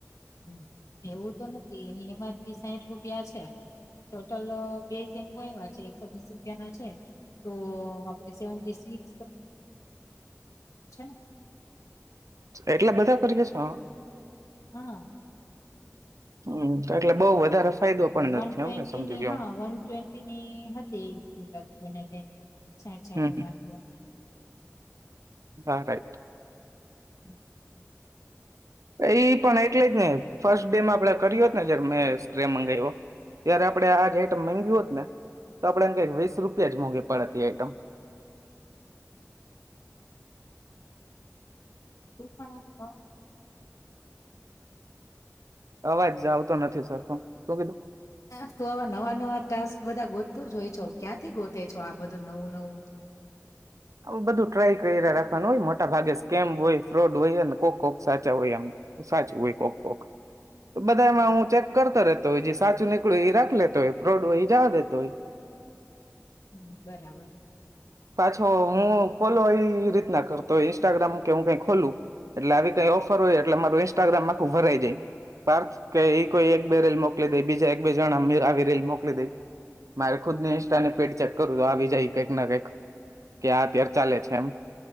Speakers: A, on the left; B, on the right.
A: હ એવું તો નથી એની એમ આરપી સાઠ રૂપિયા છે ટોટલ બે સેમ્પો એવા છે એકસો વીસ રૂપિયા ના છે તો આપડ સેવ સિક ને
B: એટલા બધા કરીએ હા
A: હા
B: હમ તો એટલે બઉ વધારે ફાયદો પણ
A: વન
B: નથી
A: ટ્વેન્ટીની
B: એમ ને સમજી ગયો
A: હા
B: હું
A: વન ટ્વેન્ટીની હતી બને છે સાઈડ સાટ
B: હમ હમ
A: મારતી
B: હા રાઈટ
A: હમ
B: એઈ પણ એટલે જ ને ફર્સ્ટ ડેમાં આપણે કર્યોત ને જયારે મેં સ્પ્રે મગાવ્યો તય્યારે આપડે આજ આઈટમ મગી હોત ને તો આપડેને કઈક વીસ રૂપિયા જ મોંઘી પડતી આઈટમ
A: હોય છે
B: અવાજ આવતો નથી સરખો શું કીધું
A: આવા નવા નવા ટાસ્ક બધા તું જોઈ છો ક્યાંથી ગોતે છો આ બધું નવું નવું
B: આવ બધું ટ્રાય કરી રાખવાનું હોય મોટા ભાગે સ્કેમ હોય ફ્રોડ હોય કોક કોક સાચા હોય આમ સાચું હોય કોક કોક તો બધા એમાં
A: બરાબર.
B: હું ચેક કરતો રતો તો સાચું નીકળું એ રાખ લેતો હોય પ્રોડો જા દ તય
A: હમ બરાબર
B: પાછો હું ફોલો એ રીતના કરતો ઈન્સ્ટાગ્રામ કે હું કઈ ખોલું એટલે આવી કઈ ઓફર હોય એટલે મારું ઈન્સ્ટાગ્રામ આખું ભરાઈ જાય પાર્થ કે એ કોઈ એક બે રીલ મોકલી દે બીજા એક બે જણા આવી રીલ મોકલી દે મારે ખુદ નેષઠ અને પેટ ચક કરું તો આવી જાય કંઈક ના કંઈક કે આ અત્યારે ચાલે છે એમ